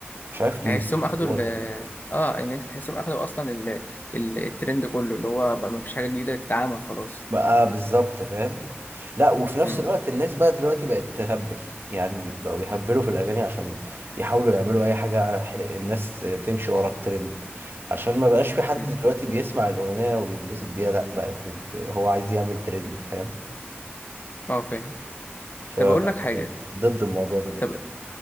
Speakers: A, on the right; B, on the left.
A: مش عارف ليه
B: تحسهم
A: بس
B: اخدوا
A: هو
B: ال
A: ده
B: اه ان انت تحسهم اخدوا اصلا ال... ال... الترند كله اللي هو بقى مفيش حاجه جديده تتعمل خلاص
A: بقى بالظبط فاهم لا وفي نفس
B: امم
A: الوقت الناس بقى دلوقتي بقت تهبل يعني بقوا يهبلوا في الأغاني عشان يحاولوا يعملوا أي حاجة ح- الناس تمشي ورا الترند عشان ما بقاش في حد
B: امم
A: دلوقتي بيسمع الأغنية ويتبسط بيها لا بقت الد- هو عايز يعمل ترند فاهم
B: اه فاهم
A: ف
B: طب اقول لك حاجه
A: <laughs> ضد الموضوع ده جدا
B: طب